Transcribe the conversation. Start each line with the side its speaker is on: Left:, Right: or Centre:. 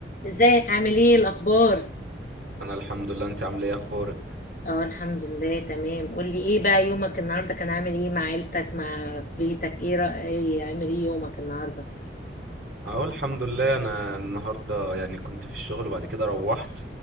Left: ازيك عامل ايه الاخبار
Right: انا الحمد لله انت عامله ايه اخبارك
Left: اه الحمد لله تمام قولي ايه بقى يومك النهارده كان عامل ايه مع عيلتك مع بيتك ايه رأي ايه عامل ايه يومك النهارده
Right: اهو الحمد لله انا النهارده يعني كنت في الشغل وبعد كده روحت